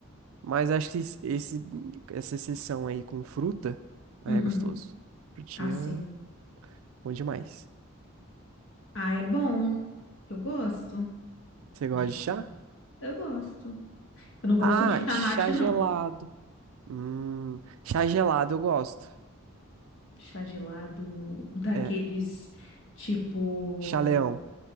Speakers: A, on the right; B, on the left.
A: Mas acho que esse, esse- essa exceção aí com fruta aí
B: Uhum.
A: é gostoso. Frutinha,
B: Assim.
A: bom demais.
B: Ah, é bom. Eu gosto
A: Você gosta
B: de chá.
A: de chá?
B: Eu gosto. Eu não gosto
A: Ah,
B: de chá
A: chá
B: mate, não.
A: gelado. Hum, chá gelado eu gosto.
B: Chá gelado, daqueles
A: É,
B: tipo.
A: chá leão.